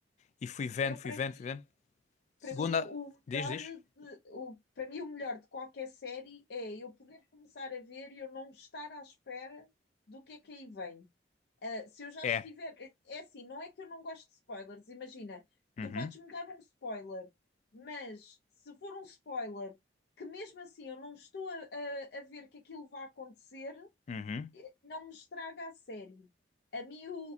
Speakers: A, on the left; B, on the left.
A: E fui vendo,
B: Eu,
A: fui
B: para
A: vendo,
B: mim,
A: fui vendo. Segunda,
B: para mim, o
A: diz,
B: melhor
A: diz.
B: de, o, para mim, o melhor de qualquer série é eu poder começar a ver e eu não estar à espera do que é que aí vem. Uh, se eu já
A: É.
B: estiver. É assim, não é que eu não gosto de spoilers, imagina,
A: Uhum,
B: tu podes me dar um spoiler, mas se for um spoiler que mesmo assim eu não estou a, a- a ver que aquilo vai acontecer,
A: uhum,
B: eh, não me estraga a série. A mim o,